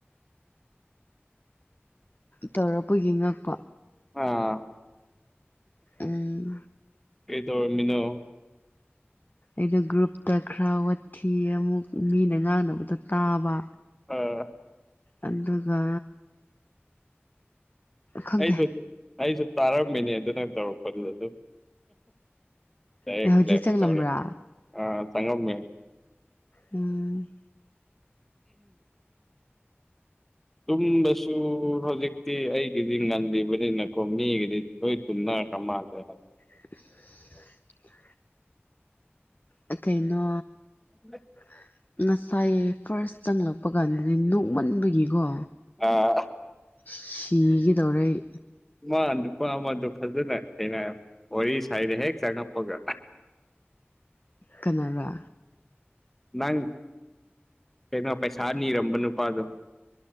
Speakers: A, on the left; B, in the centre.
A: ꯇꯧꯔꯛꯄꯒꯤ ꯉꯛꯄ
B: ꯑꯥ
A: ꯎꯝ
B: ꯀꯩꯇꯧꯔꯝꯃꯤꯅꯣ
A: ꯑꯗ ꯒ꯭ꯔꯨꯞꯇ ꯈꯔ ꯋꯥꯊꯤ ꯑꯃꯨꯛ ꯃꯤꯅ ꯉꯥꯡꯅꯕꯗꯣ ꯇꯥꯕ
B: ꯑꯣ
A: ꯑꯗꯨꯒ ꯈꯪꯗꯦ
B: ꯑꯩꯁꯨ ꯑꯩꯁꯨ ꯇꯥꯔꯝꯃꯤꯅꯦ ꯑꯗꯨꯅ ꯇꯧꯔꯛꯄꯗꯨꯗ ꯑꯗꯨꯝ ꯗꯥꯏꯔꯦꯛ
A: ꯑꯩ ꯍꯧꯖꯤꯛ
B: ꯂꯦꯐ
A: ꯆꯪꯂꯝꯕ꯭ꯔꯥ
B: ꯊꯣꯔꯦ ꯑ ꯆꯪꯉꯝꯃꯦ
A: ꯎꯝ
B: ꯇꯨꯝꯕꯁꯨ ꯍꯧꯖꯤꯛ ꯇꯤ ꯑꯩꯒꯤꯗꯤ ꯉꯟꯗꯕꯅꯤꯅꯀꯣ ꯃꯤꯒꯤꯗꯤ ꯂꯣꯏ ꯇꯨꯝꯅꯔꯈ꯭ꯔ ꯃꯥꯜꯂꯦ
A: <inaudible> ꯑꯦ ꯀꯩꯅꯣ
B: <inaudible>
A: <inaudible> ꯅꯁꯥꯏ ꯐꯥꯔ꯭ꯁ ꯆꯪꯂꯛꯄ ꯀꯥꯟꯗꯗꯤ ꯅꯣꯛꯃꯟꯕꯒꯤꯀꯣ
B: ꯑꯥ
A: ꯁꯤꯒꯗꯧꯔꯦ ꯑꯩ
B: ꯑꯃ ꯅꯨꯄꯥ ꯑꯃꯗꯣ ꯐꯖꯅ ꯊꯦꯡꯅꯩ ꯋꯥꯔꯤ ꯁꯥꯏꯅꯦ ꯍꯦꯛ ꯆꯪꯉꯛꯄꯒ
A: ꯀꯅꯥꯔꯥ
B: ꯅꯪ ꯀꯩꯅꯣ ꯄꯩꯁꯥ ꯅꯤꯔꯝꯕ ꯅꯨꯄꯥꯗꯣ